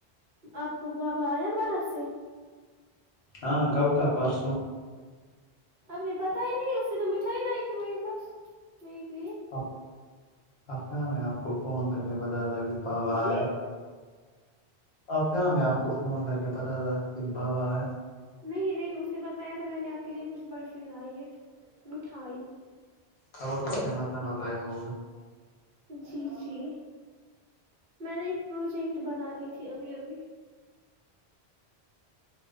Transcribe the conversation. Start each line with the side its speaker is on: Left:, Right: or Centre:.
Right: آپ کو بابا آیا باہر سے
Left: ہاں گؤ کا پرسوں
Right: اب نے بتا ہی نہیں اس سے تو مٹھائی لائی میرے پاس مک لی
Left: آپ آپ کہم ہے آپ کو فون کر ب زا کہ بابا
Right: جی
Left: آ آپ کہاں میں آپ کو فون کر کے بتا تھا کہ بابا آیا
Right: نہیں نہیں اس نے بتایا تھا میں نے آپ کے لیے کچھ بارفھر آئی ہے مٹھائی
Left: خبر اس نے مت نہ بتایا ہوگا
Right: جی جی میں نے ایک پروجیکٹ بنا لیی تھی ابھی ابھی